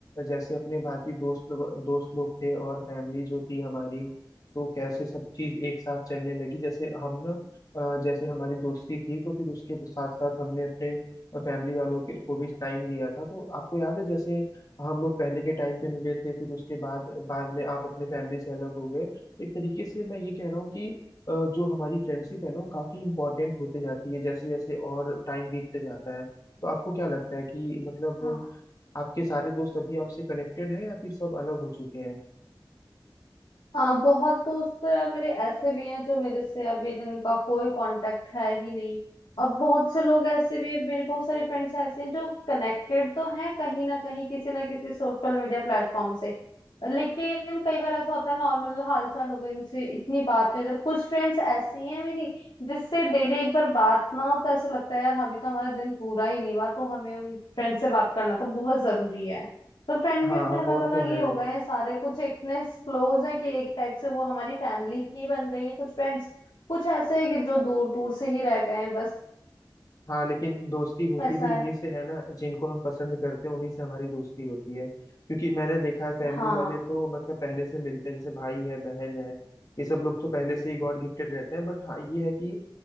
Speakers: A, on the left; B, on the left.
A: जैसे अपने बाकी दोस्त लोग दोस्त लोग थे और फैमिली जो थी हमारी तो कैसे सब चीज एक साथ चलने लगी जैसे हम ना अ, जैसे हमारी दोस्ती थी तो फिर उसके साथ साथ हमने अपने फैमिली वालों के को भी टाइम दिया था तो आपको याद है जैसे हम लोग पहले के टाइम पे मिले थे फिर उसके बाद बाद में आप अपने फैमिली से अलग हो गए एक तरीके से मैं ये कह रहा हूँ कि अ, जो हमारी फ्रेंडशिप है ना वो काफी इंपॉर्टेंट होते जाती है जैसे जैसे और टाइम बीतते जाता है तो आपको क्या लगता है कि मतलब
B: हाँ
A: आपके सारे दोस्त अभी आपसे कनेक्टेड हैं या फिर सब अलग हो चुके हैं
B: हाँ बहुत दोस्त तो यार मेरे ऐसे भी हैं जो मेरे से अभी जिनका कोई कांटेक्ट है ही नहीं और बहुत से लोग ऐसे भी मेरे बहुत सारे फ्रेंड्स ऐसे हैं जो कनेक्टेड तो हैं कहीं ना कहीं किसी ना किसी सोशल मीडिया प्लेटफॉर्म से लेकिन कई बार ऐसा होता है नॉर्मल हालचाल हो गई उनसे इतनी बात नहीं होती और कुछ फ्रेंड्स ऐसी हैं मेरी जिससे डेली एक बार बात ना हो तो ऐसा लगता है यार अभी तो हमारा दिन पूरा ही नहीं हुआ तो हमें उन फ्रेंड से बात करना तो बहुत जरूरी है तो फ्रेंड भी
A: हाँ
B: अपने अलग
A: वो
B: अलग
A: तो
B: ही
A: है
B: हो गए हैं सारे कुछ इतने क्लोज हैं कि एक टाइप से वो हमारी फैमिली ही बन गई है कुछ फ्रेंड्स कुछ ऐसे हैं कि जो दूर दूर से ही रह गए हैं बस
A: हाँ लेकिन दोस्ती होती
B: ऐसा
A: भी उन्हीं
B: है
A: से है ना जिनको हम पसंद करते हैं उन्हीं से हमारी दोस्ती होती है क्योंकि मैंने देखा है फैमिली
B: हाँ
A: वाले तो मतलब पहले से मिलते हैं जैसे भाई है बहन है ये सब लोग तो पहले से ही गॉड गिफ्टेड रहते हैं बट हाँ ये है कि